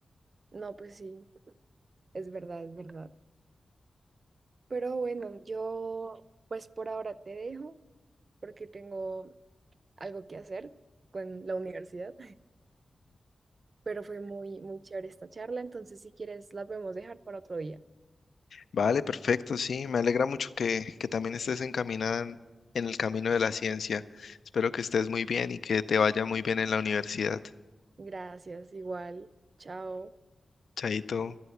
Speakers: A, on the right; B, on the left.
A: no, pues sí, es verdad, es verdad. Pero bueno, yo pues por ahora te dejo porque tengo algo que hacer con la universidad, <laughs> pero fue muy, muy chévere esta charla, entonces si quieres la podemos dejar para otro día.
B: Vale, perfecto, sí, me alegra mucho que, que también estés encaminada en en el camino de la ciencia. Espero que estés muy bien y que te vaya muy bien en la universidad.
A: Gracias, igual. Chao.
B: Chaito.